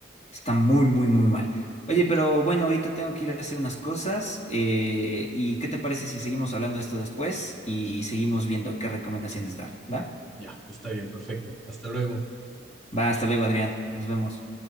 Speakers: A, on the left (about 35°); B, in the centre.
A: Está muy, muy, muy mal. Oye, pero bueno, ahorita tengo que ir a hacer unas cosas. eh, ¿y qué te parece si seguimos hablando de esto después y seguimos viendo qué recomendaciones dar? ¿Va?
B: Ya, está bien, perfecto. Hasta luego.
A: Va, hasta luego, Adrián. Nos vemos.